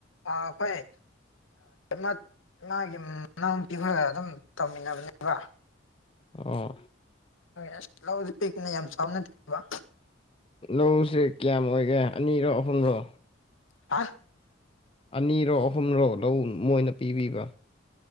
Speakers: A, on the left (about 85°); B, on the left (about 25°).
A: ꯑꯩꯈꯣꯏ ꯃꯥꯃꯒꯤ ꯃꯅꯥꯎꯄꯤꯕ ꯑꯗꯨꯝ ꯇꯧꯃꯤꯟꯅꯕꯅꯦꯕ
B: ꯑꯣ
A: ꯑꯁ ꯂꯁ ꯄꯤꯛꯅ ꯌꯥꯝ ꯆꯥꯎꯅ ꯊꯦꯕ
B: ꯂꯧꯁꯦ ꯀꯌꯥꯝ ꯑꯣꯏꯒꯦ ꯑꯅꯤꯔꯣ ꯑꯍꯨꯝꯔꯣ
A: ꯍꯥ
B: ꯑꯅꯤꯔꯣ ꯑꯍꯨꯝꯔꯣ ꯂꯧ ꯃꯣꯏꯅ ꯄꯤꯕꯤꯕ